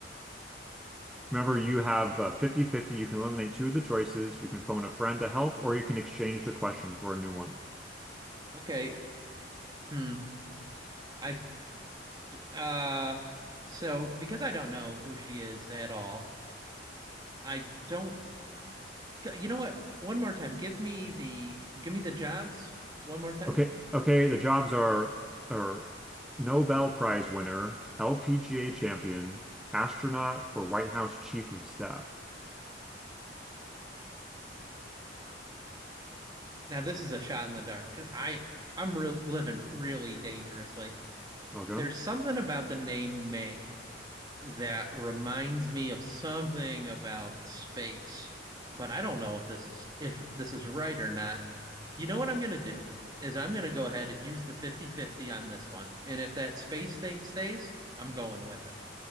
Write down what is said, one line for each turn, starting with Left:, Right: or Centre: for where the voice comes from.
Centre: Remember,
Right: Hmm.
Centre: you have uh, 50 fifty. You can eliminate two of the choices. You can phone a friend to help, or you can exchange the question for a new one.
Right: Okay. Hmm. I uh so because I don't know who she is at all, I don't You know what? One more time. Give me the give me the jobs one more time.
Centre: Okay, okay, the jobs are are Nobel Prize winner, LPGA champion, astronaut, or White House chief of staff.
Right: Now this is a shot in the dark. 'Cause I I'm re living really dangerously.
Centre: Okay,
Right: There's something about the name May that reminds me of something about space, but I don't know if this is if this is right or not. You know what I'm gonna do is I'm gonna go ahead and use the fifty fifty on this one. And if that space thing stays, I'm going with it.